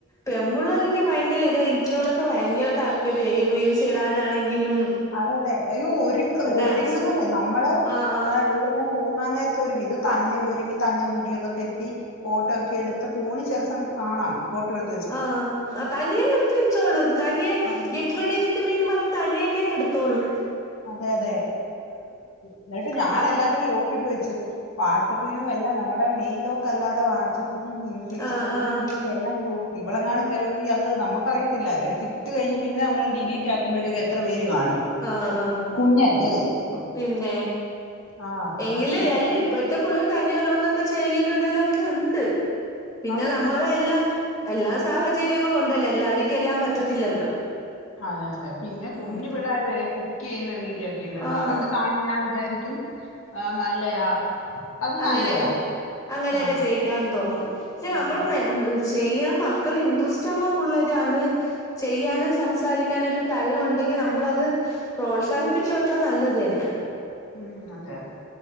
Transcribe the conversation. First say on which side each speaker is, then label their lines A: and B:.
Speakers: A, on the left; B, on the left.
A: പെമ്പുള്ളാരിക്ക് ഭയങ്കരം ഇത ഇരുട്ടിനോടൊക്കെ ഭയങ്കരം താല്പര്യം <unintelligible> റീയിൽസ് ഇടാനാണെങ്കിലും
B: അതെ അതെ ഈ ഒരു
A: ഡാൻസ്
B: ഒരുങ്ങുന്നതേ നമ്മള്
A: ആ ആ
B: എവിടെയെല്ലാം പോകാൻ നേരത്തെ ഒരുങ്ങി ഇത് തന്നെ ഒരുങ്ങി തന്നെ മുടിയൊക്കെ കെട്ടി ഫോട്ടോ ഒക്കെ എടുത്ത് ഫോണ് ചില സമയത്ത് കാണാം ഫോട്ടോ എടു
A: ആഹ് ആ തനിയെ ഇങ്ങെടുത്ത് വെച്ചോളും, തനിയെ
B: ആഹ്
A: ഗെറ്റ്റെഡി വിത്ത് മീ ന്നും പറഞ്ഞ് തനിയെക്കങ്ങെട് തനിയൊക്കെെടു തോളും.
B: അതെ അതെ എന്നിട്ട്
A: <unintelligible>
B: <unintelligible> ലോക്കിട്ട് വെച്ച്, വാട്സപ്പിനും അല്ല നമ്മുടെ മെയിൻ ലോക്കല്ലാതെ വാട്സപ്പും ഫെയ്സ്ബുക്കും
A: ആഹ് ആഹ്
B: എല്ലാം ഞാൻ ലോക്ക്ട്ട്. ഇവളെങ്ങാണും കേറി അത് നമുക്കറിയത്തില്ല എടുത്ത് ഇട്ട് കഴിഞ്ഞ് പിന്നെ നമ്മൾ ഡിലീറ്റ് ആക് ക്കുമ്പഴത്തേക്ക് എത്ര പേര് കാണും
A: ആഹ് ആഹ് ആഹ്.
B: കുഞ്ഞല്ലേ അപ്പം
A: പിന്നെ
B: ആ അപ്പൊ
A: എങ്കില്
B: അതുകൊണ്ട്
A: അല്ലെയ് ഇപ്പഴ്ത്തെ പിള്ളേര് തനിയെ ഓരോന്നൊക്കെ ചെയ്യലും ഇടലുഒക്കെ ഉണ്ട്‌, പിന്നെ
B: അത് ഇപ്പം
A: നമ്മള് എല്ലാം എല്ലാ സാഹചര്യങ്ങളും ഉണ്ടല്ലേ, എല്ലാവരിക്കും എല്ലാം പറ്റത്തില്ലല്ലോ.
B: അതെ അതെ. പിന്നെ കുഞ്ഞു
A: ഉം
B: പിള്ളാര് വരേ കുക്കെയ്യുന്ന വീഡിയോക്കെ ഇടുന്നത്.
A: ആഹ്
B: അതൊക്കെ കാണുമ്പം ഞാൻ വിചാരിക്കും ആ നല്ലയാ അത്
A: അങ്ങനെയെക്കെ
B: നല്ലയാ
A: അങ്ങനെയെക്കെ
B: ആ
A: ചെയ്യിക്കാന്ന് തോന്നും, പക്ഷെ നമ്മള്
B: ഉം,
A: <unintelligible> ചെയ്യാൻ മക്കള് ഇൻട്രസ്റ്റുള്ള പുള്ളേരാണ് ചെയ്യാനും സംസാരിക്കാനൊക്കെ കഴിവുണ്ടെങ്കി നമ്മളത് പ്രോത്സാഹിപ്പിച്ചു കൊടുത്താ നല്ലത് തന്ന്യാ.
B: ഉം അതെ അതെ,